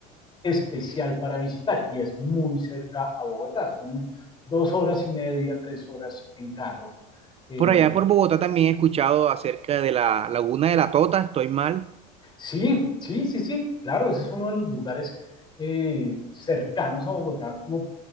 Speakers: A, on the left; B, on the right.
A: especial para visitar y es muy cerca a Bogotá, son dos horas y media, tres horas en carro. Eh,
B: Por allá por Bogotá también he escuchado acerca de la Laguna de la Tota, estoy mal.
A: sí, sí, sí, sí, claro, ese es uno de los lugares eh, cercanos a Bogotá como